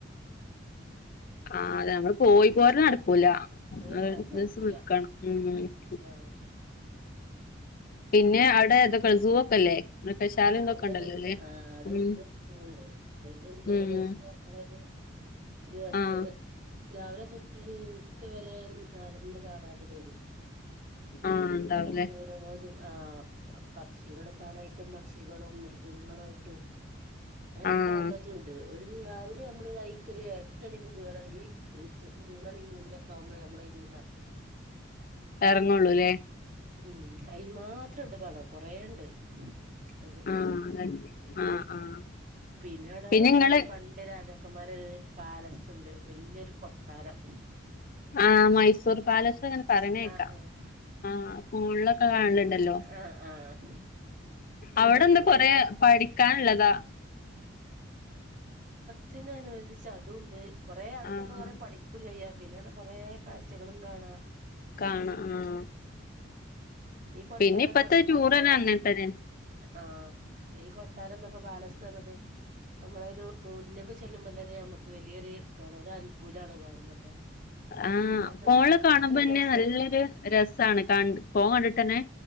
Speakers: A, on the left; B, on the right.
A: ആഹ അതെ നമ്മള് പോയി പോര നടക്കൂല
B: ഏഹ്
A: അവിടെ
B: അത്
A: ഒരൂസം
B: നടക്കൂല
A: നിക്കണം ഉം <unintelligible>
B: ആഹ്
A: പിന്നെ അവിടെ ഏതൊക്കെ സൂ ഒക്കെല്ലേ മൃഗശാല
B: ആഹ
A: ഇതൊക്കെ
B: അവിടെ
A: ഉണ്ടല്ലോ
B: വല്യ
A: അല്ലേ
B: ആഹ അവിടെ
A: ഉം
B: വല്യഒരു സൂണ്ട് <unintelligible> ഏകദേശം
A: ഉം
B: ദിവസ
A: ആഹ്
B: രാവിലെ തൊട്ടരു വരെ നടന്ന് കാണണ്ട <unintelligible>
A: ആഹ് ഉണ്ടാവുല്ലേ
B: തുന്നുംങ്ങ യോജനം ആഹ് പക്ഷികള് പല ഐറ്റം പക്ഷികളും മൃഗങ്ങളും ആയിട്ടും അങ്ങനെ
A: ആഹ്
B: പലതു ഉണ്ട് ഒരു രാവിലെ നമ്മൾ ഐക്ക് ഒരു എട്ടണിക്ക് കേറണെങ്കി ഒരു ഉച്ചക്ക് മൂന്നണി മൂന്നരൊക്കെ ആകുമ്പോളെ നമ്മള് അയിന്റെ ഉള്ളിന്ന് ഇറങ്ങു
A: എറങ്ങോള്ളൂല്ലേ
B: ഉം അയി മാത്രം ഒണ്ട് കാണാന് കൊറേണ്ട് അയില്
A: ആഹ് അത ആഹ് ആഹ്
B: പിന്നീട്
A: പിന്നെ
B: അതേ
A: ഇങ്ങള്
B: മതി പ ന്റെ രാജാക്കന്മാരെ ഒര് പാലസ് ഉണ്ട് വലിയൊരു കൊട്ടാരം
A: ആഹ് മൈസൂർ പാലസ് അങ്ങ പറഞ്ഞേക്കാ
B: ആഹ് ആഹ്
A: ആഹ് ഗൂഗിളൊക്കെ കാണലണ്ടല്ലോ
B: ആഹ് ആഹ്
A: അവിടെന്ത
B: അതുണ്ട് അതിന്
A: കൊറേ പഠിക്കാനൊള്ളതാ
B: ത്തിന അനുബന്ധിച്ച് അത് ഒണ്ട് കൊറേ അവിടെ
A: ആഹ്
B: ചെന്ന കൊറേ പഠി കുഞ്ഞയ്യ പിന്നെല്ല കൊറെ കാഴ്ചകളും കാണാ
A: കാണ ആഹ്
B: ഈ കൊട്ടാരം
A: പിന്നെ ഇപ്പത്തെ
B: ന്നൊക്കെ
A: റ്റൂറ്നെ
B: പറഞ്ഞാ
A: അങ്ങത്തരെ
B: ആഹ് ഈ കൊട്ടാരം എന്നൊക്കെ പാലസ് പറഞ്ഞത് നമ്മളതിന് മുന്നൊക്കെ ചെല്ലുമ്പോ തന്നെ നമുക്ക് വലിയൊരു ഇതാണ് ഒരു അത്ഭുതാണ് കാണുമ്പോ തന്നെ
A: ആഹ്
B: കാരണം
A: ഫോൺല്
B: അത്ര
A: കാണുമ്പോന്നെ
B: രസാണ്
A: നല്ലൊരു രസാണ് ക ഫോൺ കണ്ടിട്ടന്നെ